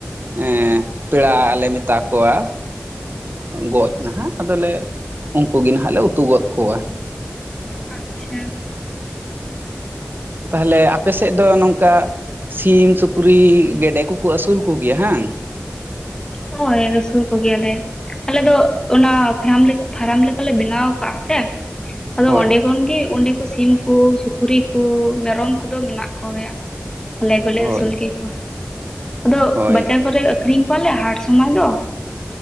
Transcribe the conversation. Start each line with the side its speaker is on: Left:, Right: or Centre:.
Right: ᱦᱮᱸ ᱯᱮᱲᱟ ᱞᱮ ᱢᱮᱛᱟ ᱠᱚᱣᱟ᱾ ᱜᱚᱡ ᱱᱟᱦᱟᱜ ᱟᱫᱚ ᱞᱮ ᱩᱱᱠᱩ ᱜᱮ ᱱᱟᱦᱟᱜ ᱞᱮ ᱩᱛᱩ ᱜᱚᱫ ᱠᱚᱣᱟ᱾
Left: ᱟᱪᱪᱷᱟ᱾
Right: ᱛᱟᱦᱚᱞᱮ ᱟᱯᱮ ᱥᱮᱫ ᱫᱚ ᱱᱚᱝᱠᱟ ᱥᱤᱢ ᱥᱩᱠᱨᱤ ᱜᱮᱰᱮ ᱠᱚ ᱠᱚ ᱟᱹᱥᱩᱞ ᱠᱚ ᱜᱮᱭᱟ ᱦᱟᱝ?
Left: ᱦᱚᱭ ᱟᱹᱥᱩᱞ ᱠᱚ ᱜᱮᱭᱟ ᱞᱮ᱾ ᱟᱞᱮ ᱫᱚ ᱚᱱᱟ ᱯᱷᱟᱨᱟᱢ ᱞᱮᱠᱟ ᱯᱷᱟᱨᱟᱢ ᱞᱮᱠᱟ ᱞᱮ ᱵᱮᱱᱟᱣ ᱟᱠᱟᱜᱼᱟ ᱥᱮ᱾ ᱟᱫᱚ
Right: ᱦᱳᱭ
Left: ᱚᱸᱰᱮ ᱠᱷᱚᱱ ᱜᱮ ᱚᱸᱰᱮ ᱠᱚ ᱥᱤᱢ ᱠᱚ ᱥᱩᱠᱨᱤ ᱠᱚ ᱢᱮᱨᱚᱢ ᱠᱚ ᱫᱚ ᱢᱮᱱᱟᱜ ᱠᱚ ᱜᱮᱭᱟ᱾ ᱟᱞᱮ ᱜᱮ ᱞᱮ
Right: ᱦᱳᱭ
Left: ᱟᱹᱥᱩᱞ ᱠᱮ ᱠᱚᱣᱟ ᱟᱫᱚ
Right: ᱦᱳᱭ
Left: ᱵᱟᱡᱟᱨ ᱠᱚ ᱨᱮ ᱟᱹᱠᱷᱨᱤᱧ ᱠᱚᱣᱟ ᱞᱮ ᱦᱟᱴ ᱥᱚᱢᱚᱭ ᱫᱚ